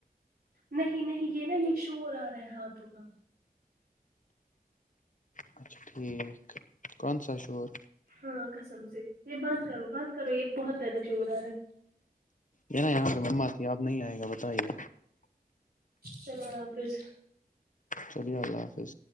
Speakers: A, on the right; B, on the left.
A: نہیں نہیں یہ نا یہ شور آ رہا ہے ہاتھوں کا
B: اچھا ٹھیک کون سا شور
A: ہاں قسم سے یہ بند کرو بند کرو یہ بہت زیادہ شور ارہا ہے
B: یہ نا یہاں پہ مما تھی آپ نہیں آئے گا بتائیے
A: چلو اللہ حافظ
B: چلیے اللہ حافظ